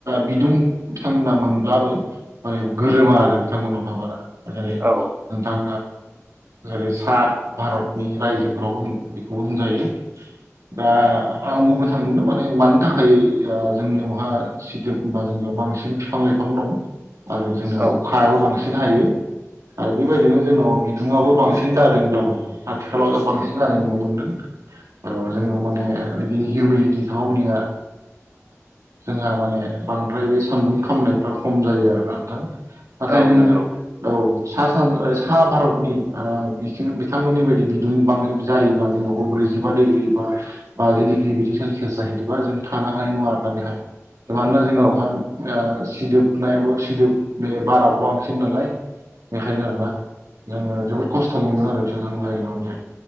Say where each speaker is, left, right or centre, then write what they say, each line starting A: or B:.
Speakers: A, on the right; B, on the right.
A: बिदुं बिथांमोना मोनब्लाबो माने गोरोमा आरो बिथांमोनाव ह बारा जेरै नोंथां
B: औ
A: जेरै सा भारतनि रायजोफोराव होन बेखौबो होनजायो दा आं बुंनो थांदों माने मानि थाखाय जोंनियावहा सिदोब होनबा जोंनयाव बांसिन बिफां लाइफां दं आरो जोंनाव
B: औ
A: अखायाबो बांसिन हायो आरो बेबायदिनो जोंनाव बिदुंआबो बांसिन जादोंब्लाबो आथिखालाव बांसिन जानाय नुनो मोनदों जोंङो माने बिदि हिउमिडटि थनिया जोंहा माने बांद्राय बै सान्दुं खामनायफ्रा खम जायो आरोना नोंथां नाथाय
B: औ
A: जोङो
B: नंगौ
A: औ सा सा भारतनि बिथांमोननि बायदि दुं बांग्र जायोब्ला जोंनावा ब्रैजिबा दिग्री होयोबा बाजि डिग्रि बिदि सेलसियास जाहैदोंबा जों थानो हानाय नङा आरोना बेहाय मानोना जोंनियावहा
B: औ
A: सिजोबनायाबो सिदोब बे बाराबो बांसिन नालाय बेखायनो आरो ना जोङो जोबोद खस्थ' मोनदों आरो बिसोरजों नायलांनाया